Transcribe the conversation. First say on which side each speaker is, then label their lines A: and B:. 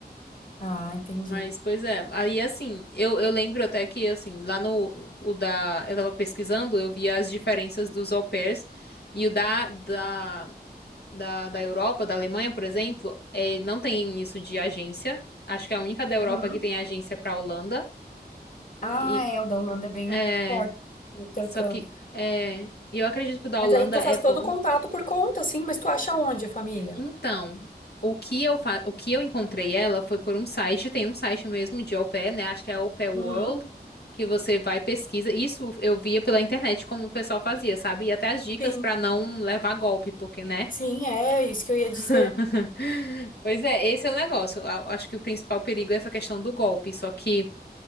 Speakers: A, on the left (about 50°); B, on the left (about 70°).
A: Ah, entendi.
B: Mas, pois é. Aí, assim, eu, eu lembro até que, assim, lá no, o da, eu tava pesquisando, eu via as diferenças dos au pairs, e o da, da, da, da Europa, da Alemanha, por exemplo, é, não tem isso de agência. Acho que é a única da Europa
A: Uhum.
B: que tem agência pra Holanda.
A: Ah,
B: E,
A: é, o da Holanda é bem
B: é,
A: forte. o intercâmbio.
B: só que, é, eu acredito que o da
A: Mas
B: Holanda
A: aí tu
B: é
A: faz
B: bom.
A: todo o contato por conta, sim, mas tu acha onde a família?
B: Então, o que eu fa... o que eu encontrei ela foi por um site, tem um site mesmo de au pair, né? Acho que é au pair World,
A: Uhum,
B: que você vai e pesquisa. Isso eu via pela internet como o pessoal fazia, sabe? E até as dicas
A: sim,
B: pra não levar golpe, porque, né?
A: sim, é isso que eu ia
B: <laughs>
A: dizer.
B: Pois é, esse é o negócio. A- Acho que o principal perigo é essa questão do golpe. Só que